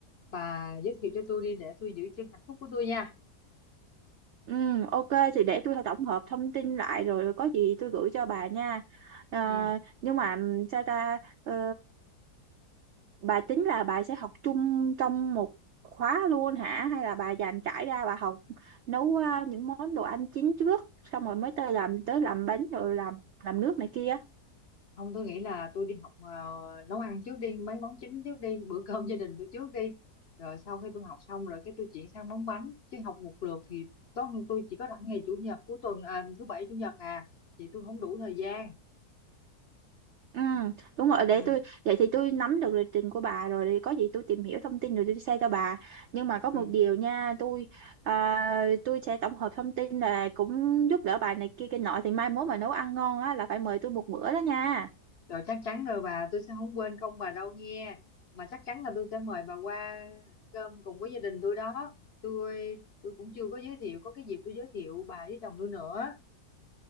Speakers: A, on the left; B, on the right.
A: bà giới thiệu cho tôi đi để tôi giữ chân hạnh phúc của tôi nha
B: ừ ok thì để tôi tổng hợp thông tin lại rồi có gì tôi gửi cho bà nha Ờ,
A: ừ
B: nhưng mà sao ta Ờ, bà tính là bà sẽ học chung trong một khóa luôn hả hay là bà dành trải ra bà học nấu à, những món đồ ăn chính trước xong rồi mới tới làm tới làm bánh rồi làm làm nước này kia
A: không tôi nghĩ là tôi đi học ờ, nấu ăn trước đi mấy món chính trước đi bữa cơm gia đình tôi trước đi rồi sau khi tôi học xong rồi cái tôi chuyển sang món bánh chứ học một lượt thì có tôi chỉ có rảnh ngày chủ nhật cuối tuần à, thứ bảy chủ nhật à thì tôi không đủ thời gian
B: ừ đúng rồi
A: ừ
B: để tôi vậy thì tôi nắm được lịch trình của bà rồi thì có gì tôi tìm hiểu thông tin rồi tôi share cho bà nhưng mà có
A: ừ
B: một điều nha tôi à, tôi sẽ tổng hợp thông tin là cũng giúp đỡ bà này kia cái nọ thì mai mốt mà nấu ăn ngon á là phải mời tôi một bữa đó nha
A: rồi chắc chắn rồi bà tôi sẽ không quên công bà đâu nghe mà chắc chắn là tôi sẽ mời bà qua ăn cơm cùng với gia đình tôi đó tôi tôi cũng chưa có giới thiệu có cái dịp tôi giới thiệu bà với chồng tôi nữa